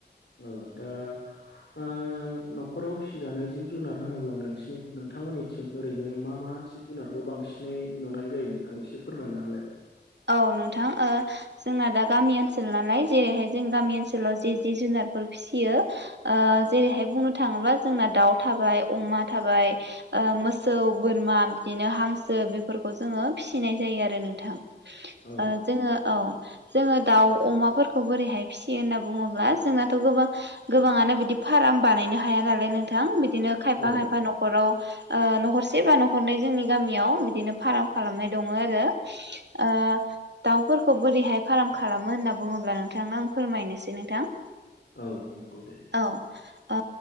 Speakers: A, on the left; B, on the right.
A: औ दा ओ न'खराव फिसिजानाय जिब जुनार होनोब्ला नोंसिनि नोंथांमोनि थिं ओरैनो मा मा जिब जुनारखौ बांसिनै नुनाय जायो नोंथां एसे फोरमायना होलाय
B: औ नोंथां ओ जोंना दा गामि ओनसोल नालाय जेरैहाय जों गामि ओनसोलाव जे जि जुनारफोर फिसियो ओ जेरैहाय बुंनो थाङोबा जोंना दाउ थाबाय अमा थाबाय ओ मोसौ बोरमा बिदिनो हांसो बेफोरखौ जोङो फिसिनाय जायो आरो नोंथां
A: औ
B: ओ जोङो औ जोङो दाउ अमाफोरखौ बोरैहाय फिसियो होनना बुङोब्ला जोंनाथ गोबां गोबाङानो बिदि फार्म बानायनो हाया नालाय नोंथां बिदिनो खायफा
A: औ
B: खायफा न'खराव ओ न'खरसे बा न'खरनै जोंनि गामियाव बिदिनो फार्म खालामनाय दङो आरो
A: <inaudible>
B: ओ दाउफोरखौ बोरैहाय फार्म खालामो होनना बुङोब्ला नोंथांनो आं फोरमायनोसै नोंथां
A: औ नंगौ दे
B: औ ओ